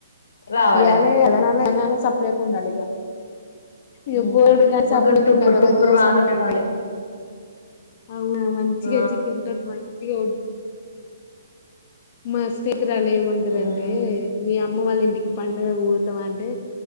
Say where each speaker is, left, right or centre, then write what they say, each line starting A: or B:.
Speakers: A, on the left (about 60°); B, on the left (about 30°).
A: రావాలే
B: ఇయ్యాల అదనాల సప్పుడు చేయకుండా ఉండాలిగ ఇ
A: ఉమ్,
B: బోడు కాసి
A: మాకు
B: సప్పుడుకు
A: ఇక్కడ తుప్పురు
B: ఉండాల
A: తుప్పురు
B: మదో
A: వాన
B: సప్పుడు
A: వత్తాంది
B: అంటాయి. అవునా మంచిగా
A: ఆ
B: చికెన్ తోటి మంచిగా మా స్నేహితురాలు ఏమంరాదంటే
A: హ్మ్
B: మీ అమ్మ వాళ్ళ ఇంటికి పండుగకు పోతావా అంటే?